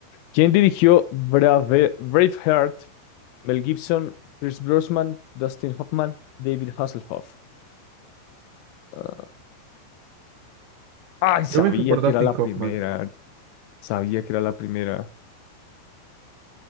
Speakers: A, on the left (about 90°); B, on the right (about 90°).
A: ¿Quién dirigió Brave, Braveheart? Mel Gibson, Pierce Brosnan, Dustin Hoffman, David Hasselhoff. Ah, ay, sabía
B: Yo me fui por
A: que
B: Dustin
A: era la
B: Kaufman.
A: primera. Sabía que era la primera.